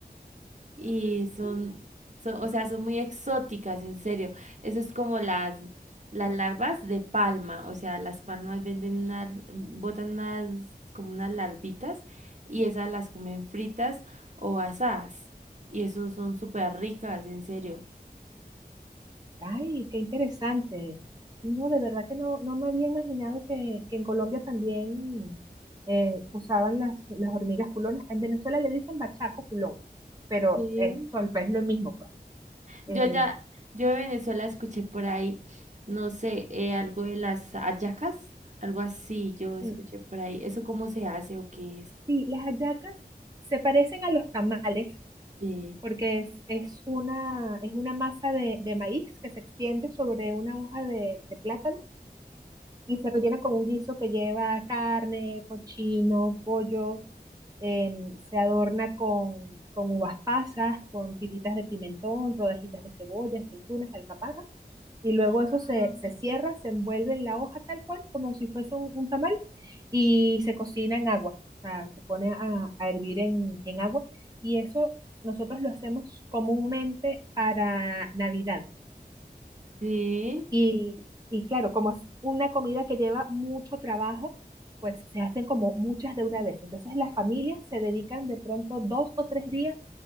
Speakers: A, on the right (about 45°); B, on the right (about 20°).
A: Y
B: ah,
A: son,
B: sí,
A: son, o sea, son muy exóticas, en serio. Eso es como las, las larvas de palma, o sea, las palmas venden unas, botan unas, como unas larvitas y esas las comen fritas o asadas. Y eso son súper ricas, en serio.
B: ay, qué interesante. No, de verdad que no, no me había imaginado que, que en Colombia también eh, usaban las, las hormigas culonas. En Venezuela le dicen bachaco culón, pero
A: Sí.
B: es, sol- es lo mismo, pues. Eh,
A: Yo allá yo de Venezuela escuché por ahí, no sé, eh, algo de las hallacas, algo así, yo escuché
B: sí,
A: por ahí. ¿Eso cómo se hace o qué es?
B: Sí, las hallacas se parecen a los tamales
A: Sí.
B: porque es, es una, es una masa de, de maíz que se extiende sobre una hoja de, de plátano y se rellena con un guiso que lleva carne, cochino, pollo em, se adorna con, con uvas pasas, con tiritas de pimentón, rodajitas de cebolla, aceitunas, alcaparras, y luego eso
A: Ah,
B: se, se cierra, se envuelve en la hoja tal cual, como si fuese un, un tamal, y se cocina en agua, o sea, se pone a, a hervir en, en agua, y eso nosotros lo hacemos comúnmente para Navidad.
A: Sí.
B: Y, y claro, como es una comida que lleva mucho trabajo, pues se hacen como muchas de una vez. Entonces las familias se dedican de pronto dos o tres días